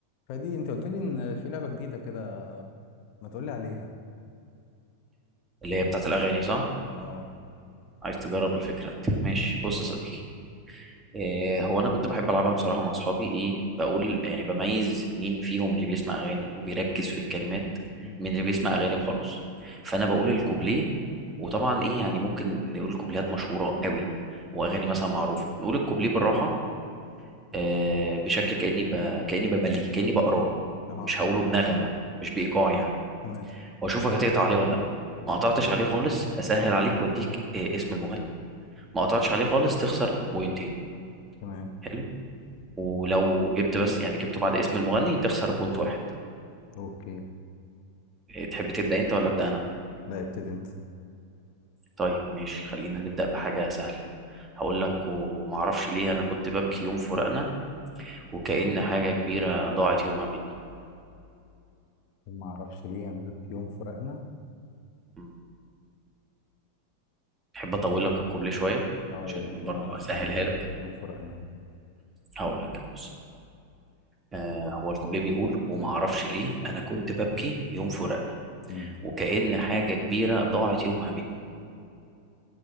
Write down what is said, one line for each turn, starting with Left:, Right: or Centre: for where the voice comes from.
Left: فدي انت قلت لي ان في لعبة جديدة كده ما تقول لي عليها
Right: اللي هي بتاعت الاغاني صح
Left: اه
Right: عايز تجرب الفكره دي ماشي
Left: نجربها
Right: بص يا صديقي إيه هو انا كنت بحب العبها بصراحه مع اصحابي ايه بقول يعني بميز مين فيهم اللي بيسمع اغاني وبيركز في الكلمات
Left: مم.
Right: من اللي بيسمع اغاني وخلاص فانا بقول الكوبليه وطبعا ايه يعني ممكن نقول كوبليهات مشهوره قوي واغاني
Left: تمام
Right: مثلا معروفه نقول الكوبليه بالراحه آه بشكل كاني ب... كاني بمليه كاني بقراه
Left: اه
Right: مش هقوله بنغمه مش بايقاع يعني
Left: تمام
Right: واشوفك هتقطع عليه ولا لا
Left: اوكي
Right: ما قطعتش عليه خالص هسهل عليك واديك آه، اسم المغني ما قطعتش عليه خالص تخسر بوينتين
Left: تمام
Right: حلو ولو جبت بس يعني جبته بعد اسم المغني تخسر بونت واحد
Left: اوكي
Right: إيه، تحب تبدأ انت ولا ابدأ انا
Left: لا ابتدي انت
Right: طيب ماشي خلينا نبدأ بحاجة سهلة هقول لك وما اعرفش ليه انا كنت ببكي يوم فراقنا وكأن حاجة كبيرة ضاعت يومها مني
Left: وما اعرفش ليه انا ببكي يوم فراقنا
Right: م. تحب
Left: وما
Right: اطول
Left: اعرفش
Right: لك الكوبليه شوية
Left: اه
Right: عشان
Left: يا ريت
Right: يبقى برضه
Left: وما اعرفش
Right: اسهلها
Left: ليه انا
Right: لك
Left: ببكي يوم فراقنا
Right: هقول لك أنا بص آه هو الكوبليه بيقول وما اعرفش ليه انا كنت ببكي يوم فراقنا
Left: مم.
Right: وكأن حاجة كبيرة ضاعت يومها مني